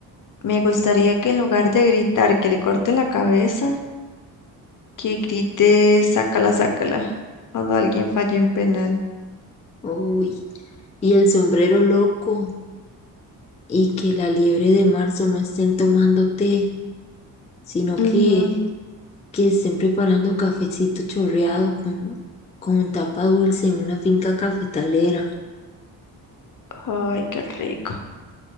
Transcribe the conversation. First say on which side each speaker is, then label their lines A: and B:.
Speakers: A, on the left; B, on the left.
A: me gustaría que en lugar de gritar que le corten la cabeza, que grite sácala, sácala cuando alguien falle un penal.
B: Uy, y el sombrero loco, y que la liebre de marzo no estén tomando té, sino
A: Ujú.
B: que, que estén preparando cafecito chorreado con, con tapa dulce en una finca cafetalera,
A: Ay, qué rico.